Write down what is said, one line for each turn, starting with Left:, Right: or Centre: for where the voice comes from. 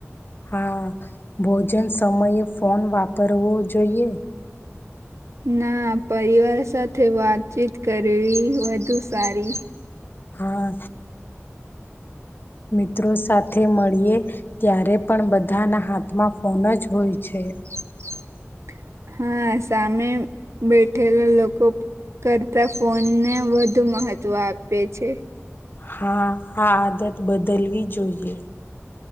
Left: હા ભોજન સમયે ફોન વાપરવો જોઈએ?
Right: ના પરિવાર સાથે વાતચીત કરવી વધુ સારી
Left: હા. મિત્રો સાથે મળીએ ત્યારે પણ બધાના હાથમાં ફોન જ હોય છે.
Right: <inaudible> હા સામે બેઠેલા લોકો કરતા ફોનને વધુ મહત્વ આપે છે.
Left: હા આ આદત બદલવી જોઈએ.